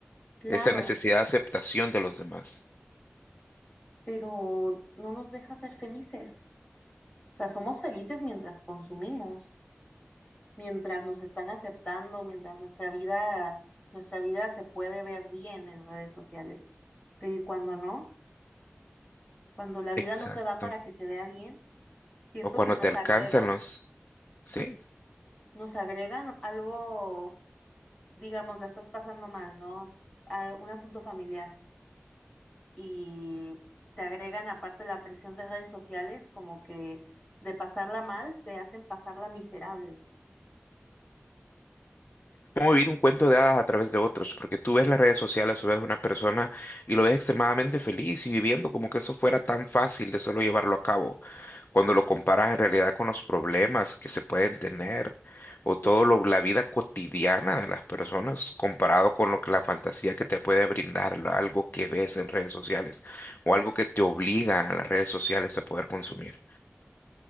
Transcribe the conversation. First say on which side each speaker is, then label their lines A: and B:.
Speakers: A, on the left; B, on the left.
A: claro,
B: esa necesidad de aceptación de los demás.
A: pero no nos deja ser felices. O sea, somos felices mientras consumimos. mientras nos están aceptando, mientras nuestra vida, nuestra vida se puede ver bien en redes sociales. Pero ¿y cuando no? Cuando la vida
B: Exacto.
A: no te da para que se vea bien, siento
B: O cuando
A: que nos
B: te alcanzan
A: agregan,
B: los... Sí,
A: nos agregan algo, digamos, la estás pasando mal, ¿no? A- un asunto familiar y te agregan aparte la presión de redes sociales, como que de pasarla mal te hacen pasarla miserable.
B: cómo vivir un cuento de hadas a través de otros, porque tú ves las redes sociales o ves una persona y lo ves extremadamente feliz y viviendo como que eso fuera tan fácil de solo llevarlo a cabo, cuando lo comparas en realidad con los problemas que se pueden tener o todo lo, la vida cotidiana de las personas comparado con lo que la fantasía que te puede brindar, lo- algo que ves en redes sociales o algo que te obliga a las redes sociales a poder consumir.